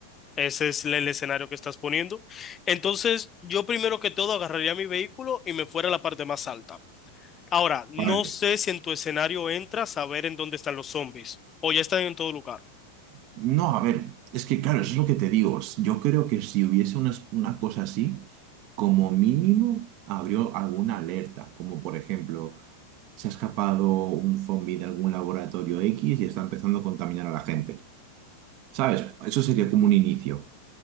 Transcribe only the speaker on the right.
¿Para qué?
No, a ver, es que claro, eso es lo que te digo. S- Yo creo que si hubiese una, una cosa así, como mínimo abrió alguna alerta, como por ejemplo, se ha escapado un zombie de algún laboratorio X y está empezando a contaminar a la gente. ¿Sabes? Eso sería como un inicio.